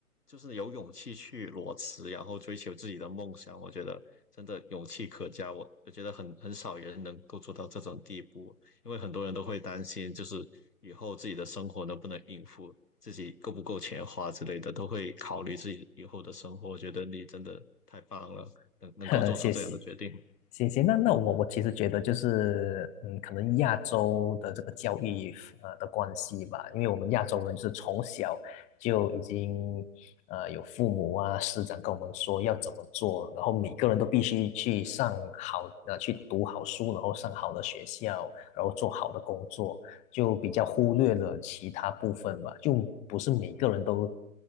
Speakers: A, on the left; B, on the left.
A: 就是有勇气去裸辞，然后追求自己的梦想。我觉得真的勇气可嘉，我我觉得很很少人能够做到这种地步，因为很多人都会担心，就是以后自己的生活能不能应付，自己够不够钱花之类的，都会考虑自己以后的生活。我觉得你真的太棒了，能能够做出这样的决定。
B: 的。<laughs> 谢谢。行行，那那我我其实觉得就是，嗯，可能亚洲的这个教育呃的关系吧，因为我们亚洲人就是从小就已经呃有父母啊师长跟我们说要怎么做，然后每个人都必须去上好呃去读好书，然后上好的学校，然后做好的工作，就比较忽略了其他部分吧，就不是每个人都